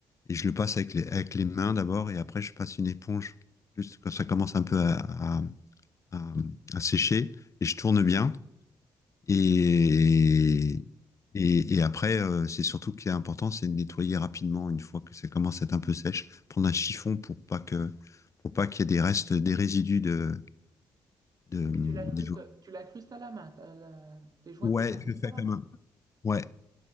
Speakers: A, on the left; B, on the right.
A: et je le passe avec les, avec les mains d'abord, et après, je passe une éponge, juste quand ça commence un peu à, à, à, à sécher, et je tourne bien. Et, et, et après, euh, c'est surtout ce qui est important, c'est de nettoyer rapidement une fois que ça commence à être un peu sèche. Prendre un chiffon pour pas que pour pas qu'il y ait des restes, des résidus de, de,
B: Et tu l'incrustes,
A: des
B: tu l'incrustes à la main. t'as la- Tes joints,
A: Ouais,
B: tu les incrustes
A: je le fais
B: à
A: avec
B: la
A: la
B: main.
A: main. Ouais, je